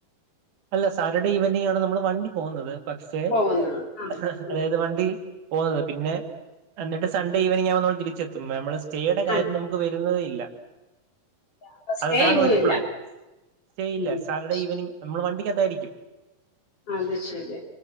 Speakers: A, on the right; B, on the left.
A: അല്ല സാറ്റർഡേ ഈവനിംഗ് ആണ് നമ്മൾ വണ്ടി പോകുന്നത്. പക്ഷെ
B: പോകുന്നത് ആഹ്
A: <unintelligible>
B: ആഹ്
A: അതായത് വണ്ടി പോകുന്നത് പിന്നെ എന്നിട്ട് സൺഡേ ഈവനിങ് ആവുമ്പം തിരിച്ചെത്തും നമ്മൾ സ ചെയ്യണ്ട കാര്യം
B: ആഹ്
A: നമുക്ക് വരുന്നതേ ഇല്ല
B: അപ്പൊ സ്റ്റേ
A: അതതാണ്
B: എങ്ങും
A: ഒരു
B: ഇല്ല
A: പ്ലാൻ. സ്റ്റേയില്ല
B: ഉം
A: സാറ്റർഡേ
B: ശരി
A: ഈവനിങ് നമ്മൾ വണ്ടിക്കത്തായിരിക്കും
B: അത് ശരി.